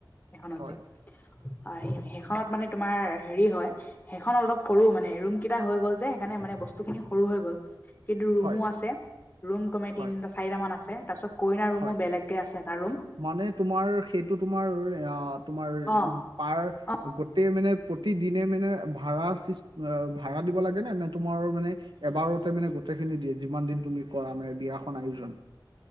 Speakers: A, on the left; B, on the right.
A: সেই খনত
B: হয়
A: যে। অঁ সেইখনত মানে তোমাৰ হেৰী হয় সেইখনত অলপ সৰু মানে ৰুম এটা হৈ গ'ল যে সেইকাৰণে মানে বস্তু খিনিও সৰু হৈ গ'ল কিন্তু ৰুমো
B: হয়
A: আছে। ৰুম কমে তিনিটা
B: হয়
A: চাৰিটা মান আছে তাৰপিছত। কইনা ৰুমো
B: হয়।
A: বেলেগকে আছে এটা ৰুম
B: মানে তোমাৰ সেইটো তোমাৰ অ তোমাৰ।
A: অ
B: পাৰ
A: অ
B: গোটেই মানে প্ৰতিদিনে মানে ভাড়া চিচ এ ভাড়া দিব লাগে নে? নে তোমাৰ মানে এবাৰতে মানে গোটেইখিনি দিয়ে যিমান দিন তুমি কৰা মানে বিয়াখন আয়োজন।